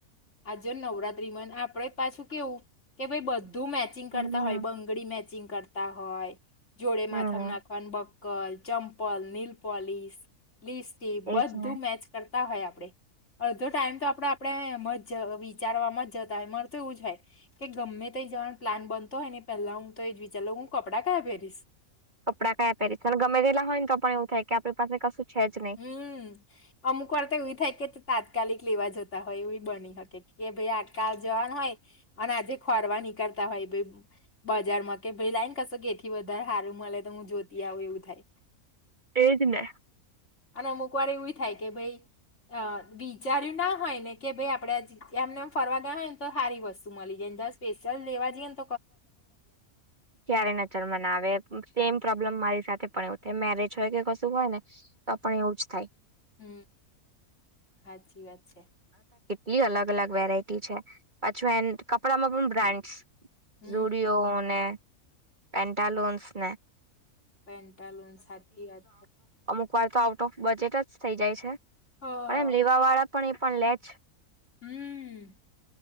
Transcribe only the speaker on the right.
હમ
હમ
એજ ને
કપડા કયા પહેરીશ પણ ગમે તેેટલા હોય ન તો પણ એવું થાય કે આપડી પાસે કશું છે જ નહી
તેજ ને.
ક્યારે નજરમાં ના આવે. તેમ પ્રોબ્લેમ મારી સાથે પણ એવુ થાય. મેરેજ હોય કે કશું હોય ને તો પણ એવું જ થાય.
લી અલગ-અલગ વેરાયટી છે. પાછું એન કપડામાં પણ બ્રાન્ડસ.
ઝૂડીઓને, પેન્ટાલુન્સને
એક વાર તો આઉટ ઓફ બજેટ જ થઈ જાય છે
પણ
એમ લેવા વાળા પણ એ પણ લેજ